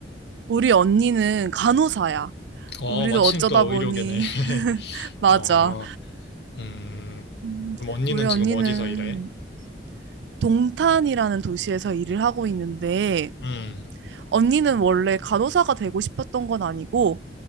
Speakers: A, on the right; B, on the left.
A: 우리 언니는 간호사야.
B: 어,
A: 우리도
B: 마침
A: 어쩌다
B: 또
A: 보니,
B: 의료계네. <laughs>
A: <laughs> 맞아.
B: 어, 음.
A: 음,
B: 그럼 언니는
A: 우리 언니는
B: 지금 어디서 일해?
A: 동탄이라는 도시에서 일을 하고 있는데,
B: 음,
A: 언니는 원래 간호사가 되고 싶었던 건 아니고,